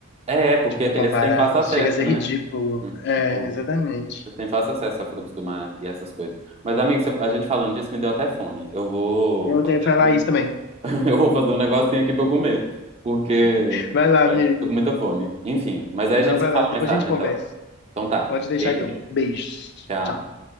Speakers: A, on the right; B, on the left.
A: É, é, porque
B: tipo,
A: te-
B: comparar.
A: eles têm fácil acesso,
B: Chega a ser
A: né?
B: ridículo.
A: Hum, Tipo,
B: É, exatamente.
A: eles têm fácil acesso a frutos do mar e essas coisas. Mas, amigo, cê- a gente falando disso me deu até fome. Eu vou.
B: Eu
A: fazer
B: tenho que falar
A: um
B: isso também.
A: <laughs> Eu vou fazer um negocinho aqui pra eu comer, porque
B: Vai lá,
A: é,
B: amigo.
A: tô com muita fome. Enfim, mas aí
B: Não,
A: a gente
B: vai
A: se fala
B: lá. Depois
A: mais tarde,
B: a gente conversa.
A: então. Então tá.
B: Pode deixar,
A: Beijo,
B: então. Beijos.
A: tchau.
B: Tchau.